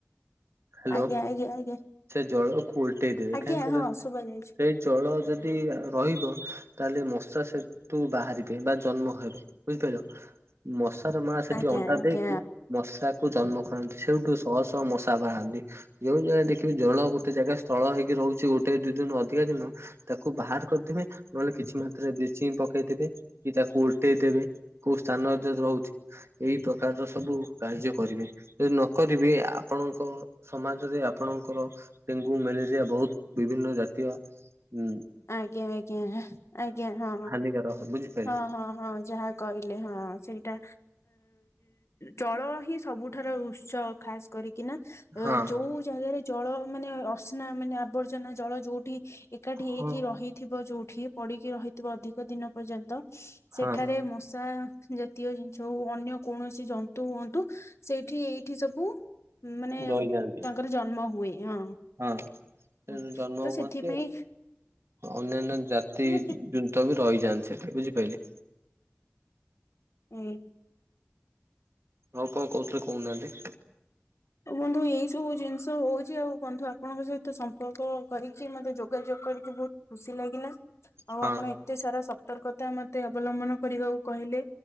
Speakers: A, on the right (about 65°); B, on the left (about 75°).
A: ହାଲୋ
B: ଆଜ୍ଞା ଆଜ୍ଞା ଆଜ୍ଞା।
A: ସେ ଜଳକୁ ଓଲଟେଇ ଦେବେ
B: ଆଜ୍ଞା
A: କାହିଁ କିଲ
B: ହଁ ଶୁଭା ଯାଉଛି।
A: ସେଇ ଜଳ ଯଦି ରହିବ ତାହେଲେ ମଶା ସେ ତୁ ବାହାରିବେ ବା ଜନ୍ମ ହେବେ ବୁଝିପାରିଲ। ମଶାର ମା ସେଠି
B: ଆଜ୍ଞା
A: ଅଣ୍ଡା
B: ଆଜ୍ଞା
A: ଦେଇକି ମଶାକୁ ଜନ୍ମ କରନ୍ତି ସେଇଠୁ ଶହ ଶହ ମଶା ବାହାନ୍ତି ଯଉ ଜାଗା ଦେଖିବି ଜଳ ଗୋଟେ ଜାଗା ସ୍ଥଳ ହେଇକି ରହୁଛି ଗୋଟେ ଦି ଦିନ ଅଧିକା ଦିନ ତାକୁ ବାହାର କରିଦେବେ ନହେଲେ କିଛି ମାତ୍ରାରେ ବ୍ଲିଚିଙ୍ଗ ପକେଇଦବେ କି ତାକୁ ଓଲଟେଇଦବେ। କୋଉ ସ୍ଥାନ ଯ ରହୁଛି। ଏଇ ପ୍ରକାରର ସବୁ କାର୍ଯ୍ୟ କରିବେ ଯଦି ନ କରିବେ ଆପଣଙ୍କ ସମାଜରେ ଆପଣଙ୍କର ଡେଙ୍ଗୁ ମ୍ୟାଲେରିଆ ବହୁତ ବିଭିନ୍ନ ଜାତୀୟ ଉ
B: ଆଜ୍ଞା ଆଜ୍ଞା ଆଜ୍ଞା ହଁ
A: ହାନିକାର ବୁଝିପାରିଲ
B: ହଁ ହଁ ହଁ ଯାହା କହିଲେ ହଁ ସେଇଟା ଜଳ ହିଁ ସବୁଠାରୁ ଉତ୍ସ ଖାସ କରିକିନା
A: ହଁ
B: ଯୋଉ ଜାଗାରେ ଜଳ ମାନେ ଅସ୍ନା ମାନେ ଆବର୍ଜନା ଜଳ ଯୋଉ ଠି ଏକାଠି ହେଇକି
A: ହଁ
B: ରହିଥିବ ଯୋଉଠି ପଡିକି ରହିଥିବ ଅଧିକ ଦିନ ପର୍ଯ୍ୟନ୍ତ। ସେଠାରେ
A: ହଁ
B: ମଶା ଜାତୀୟ ଜିନିଷ ହଉ ଅନ୍ୟ କୌଣସି ଜନ୍ତୁ ହୁଅନ୍ତୁ ସେଇଠି ଏଇଠି ସବୁ ମାନେ
A: ରହିଯାଆନ୍ତି।
B: ତାଙ୍କର ଜନ୍ମ ହୁଏ ହଁ
A: ହଁ। ସେ
B: ହୁଁ
A: ଜନ୍ମ
B: ତ
A: ହୁଅନ୍ତି
B: ସେଥିପାଇଁ
A: ଅନ୍ୟାନ୍ୟ ଜାତି
B: ଏତି
A: ଜୁ ତ ବି ରହିଯାନ୍ତି ସେଠି ବୁଝିପାରିଲେ।
B: ହୁଁ।
A: ଆଉ କଣ କହୁଥିଲେ କହୁନାହାନ୍ତି?
B: ବନ୍ଧୁ ଏଇ ସବୁ ଜିନିଷ ହଉଛି ଆଉ ବନ୍ଧୁ ଆପଣଙ୍କ ସହିତ ସମ୍ପର୍କ କରିକି ମତେ ଯୋଗାଯୋଗ କରିକି ବହୁତ ଖୁସି ଲାଗିଲା। ଆଉ
A: ହଁ
B: ଆପଣ ଏତେ ସାରା ସତର୍କତା ମତେ ଅବଲମ୍ବନ କରିବାକୁ କହିଲେ।